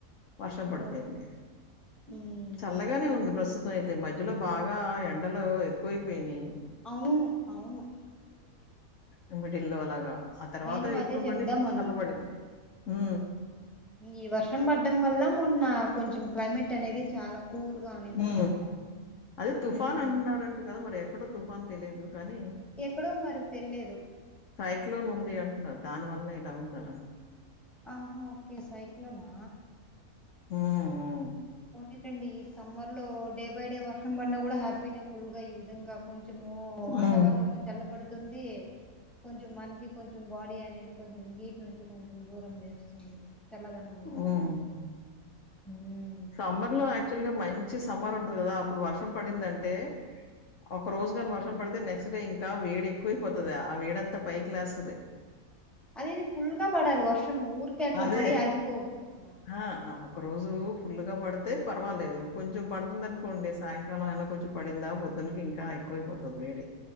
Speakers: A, on the left (about 60°); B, in the centre.
A: వర్షం పడిపోయింది
B: ఓ మ్మ్
A: చల్లగానే ఉంది ప్రస్తుతి స అయితే మధ్యలో బాగా ఎండలో ఎక్కువైపోయినాయి
B: అవును అవును
A: ఉ మిడిల్లో అలాగా ఆ తర్వాత
B: నేను అదే
A: ఇప్పుడు
B: చెప్దాం
A: మళ్ళీ కొంచం
B: అనుకున్నా
A: చల్లబడింది ఉ
B: ఈ వర్షం పడ్డం వల్ల మొన్న కొంచెం క్లైమేట్ అనేది చాలా కూల్ గా ఉండింది
A: ఊ
B: అనమాట
A: అదే తుఫాన్
B: మ్మ్
A: అంటున్నారంట కదా మరి ఎప్పుడో తుఫాన్ తెలియదు కానీ
B: ఎక్కడో మరి తెలిలేదు
A: సైక్లోన్ ఉంది అంటే దాని వల్ల ఇలా ఉండార
B: ఆహా ఓకే సైక్లోనా
A: ఉమ్ ఉ
B: ఏటండి ఈ సమ్మర్ లో డే బై డె వర్షం పడిన కూడా హ్యాపీ ఫుల్ ఇక ఈ విధంగా కొంచము వాతావరణము
A: హ్మ్.
B: చల్లబడు తుంది ద కొంచెం మనకి కొంచెం బాడీ అనేది కొంచెం హీట్ నుంచి కొంచెం దూరం చేస్తుంది చల్లదనం ఉంటుది
A: హ్మ్
B: ఉవ్
A: సాంబర్ లో యాక్చువల్ గా మంచి సమ్మర్ ఉంటది కదా అప్పుడు వర్షం పడిందంటే ఒక రోజుగాని వర్షం పడితే నెక్స్ట్ చేస్తరు ఇంకా వేడి ఎక్కువైపోతది ఆ వేడంతా పైకి లేస్తది
B: అది ఇది ఫుల్గా పడాలి వర్షం ఉంటము ఊర్కే అట్ల
A: అదే
B: పడి ఆగిపోకడదదు
A: ఆ అ ఒక రోజు ఫుల్గ పడ తే పర్వాలేదు కొంచెం పడుతుందనుకోండి సాయం కాలం అల కొంచెం పడిందా పొద్దునికింకా ఎక్కువైపోతుంది వేడి